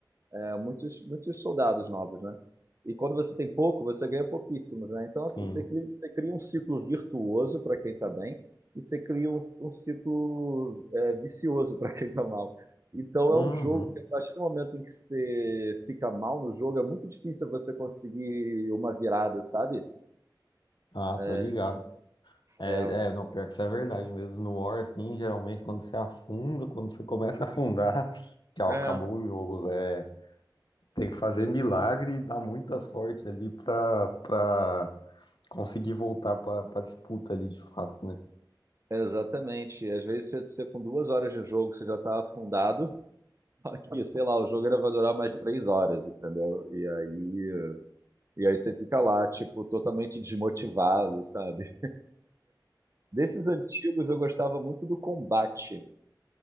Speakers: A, on the right; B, on the left.
A: é, muitos, muitos soldados novos, né? E quando você tem pouco, você ganha pouquíssimos, né? Então
B: Sim.
A: você cria, você cria um ciclo virtuoso para quem está bem e você cria um, um ciclo é, vicioso para quem está mal. Então
B: Uhum.
A: é um jogo que a partir do momento em que você fica mal no jogo, é muito difícil você conseguir uma virada, sabe?
B: Ah,
A: É,
B: tô ligado. É,
A: é,
B: é, não, pior que isso é verdade mesmo. No War, assim, geralmente quando você afunda, quando você começa a afundar, <laughs> tchau,
A: é,
B: acabou o jogo. É, tem que fazer
A: é,
B: milagre e dar muita sorte ali pra, pra conseguir voltar pra, pra disputa ali, de fato, né?
A: exatamente. Às vezes você, você com duas horas de jogo você já tá afundado. Aqui, sei lá, o jogo era vai durar mais três horas, entendeu? E aí E aí você fica lá, tipo, totalmente desmotivado, sabe? Desses antigos eu gostava muito do combate.